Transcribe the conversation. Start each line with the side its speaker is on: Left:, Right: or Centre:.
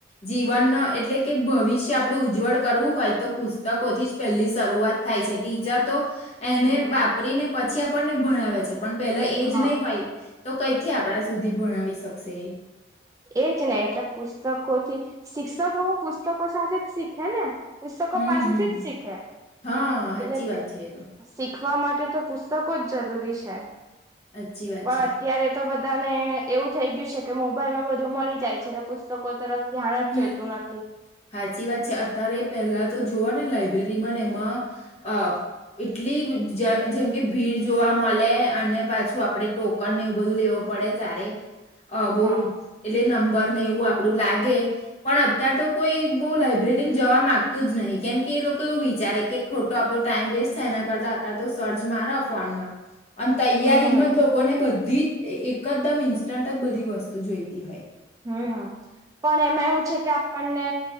Left: જીવનનો એટલે કે ભવિષ્ય આપડું ઉજ્જવળ કરવું હોય તો પુસ્તકો થી જ પહેલી શરૂઆત થાય છે, ટીચર તો
Right: હમ.
Left: એને વાપરીને પછી આપણને ભણાવે છે, પણ પેલા એજ
Right: હા
Left: નહી હોય તો કઈથી આપણા સુધી ભણાવી શકશે.
Right: એજ ને એટલે પુસ્તકોથી શિક્ષકો હું પુસ્તકો સાથે જ શીખે ને પુસ્તકો
Left: હમ
Right: પાસેથી
Left: હમ.
Right: જ શીખે
Left: હા
Right: એટલે
Left: સાચી વાત છે એ તો
Right: લીખવા માટે તો પુસ્તકો જ જરૂરી છે,
Left: સાચી વાત
Right: પણ
Left: છે.
Right: અત્યારે તો બધા બધાને એવું થઈ ગયું છે, કે મોબાઈલમાં બધું મળી જાય છે, અને પુસ્તકો તરફ ધ્યાન
Left: હમ.
Right: જ જતું નથી
Left: સાચી વાત છે, અત્યારે પહેલા તો જોવા ને લાઈબ્રેરીમાં ને એમાં અ એટલી જજેમ કે ભીડ જોવા મળે અને પાછું આપડે ટોકનને એવું બધું લેવુ પડે તારે અ બહ
Right: હા.
Left: એટલે નંબર ને એવું આપડું લાગે પણ અત્ય્યારેાર તો કોઈ બહ લાઈબ્રેરી જવા માંગતું જ નહીં કેમ કે એ લોકો એવું વિચારે કે ખોટો આપણો ટાઈમ વેસ્ટ થાય એના કરતા અત્યારે તો શર ચજ મારો ફોનમાં અને તૈયારીમાં
Right: હમ.
Left: જ લોકોને બધી એકદમ ઇન્સ્ટન્ટ જ બધી વસ્તુ જોઈતી હોય
Right: હમ્મ પણ એમાં એવું છે કે આપણને